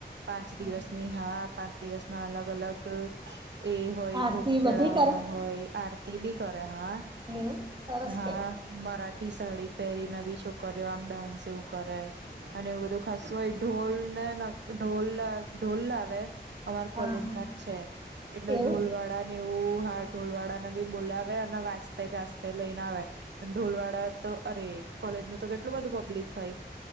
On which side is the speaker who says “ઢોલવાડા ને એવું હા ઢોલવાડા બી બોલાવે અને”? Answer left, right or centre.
Right